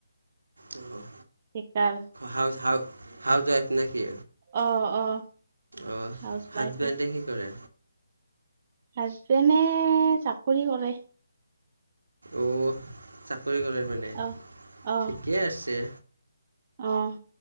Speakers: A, on the right; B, on the right.
A: অ'।
B: বেকাৰ।
A: হাউ হা হাউচ ৱাইফ নেকি?
B: অ', অ'।
A: অ',
B: হাউচ
A: হাজবেণ্ড
B: ৱাইফে
A: কি কৰে?
B: হাজবেণ্ডে চাকৰি কৰে।
A: অ', চাকৰি কৰে মানে
B: অ অ
A: ঠিকেই আছে।
B: অ'।